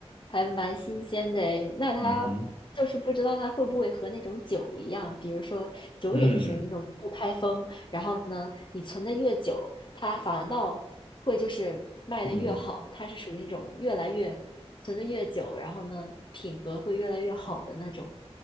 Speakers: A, on the left; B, on the left.
A: 还蛮新鲜的诶。那它就是不知道它会不会和那种酒一样，
B: 嗯哼，
A: 比如说酒也是属于那种不开封，
B: 嗯
A: 然后呢，你存的越久，它反倒会就是卖的越好，
B: 嗯。
A: 它是属于那种越来越存的越久，然后呢，品格会越来越好的那种，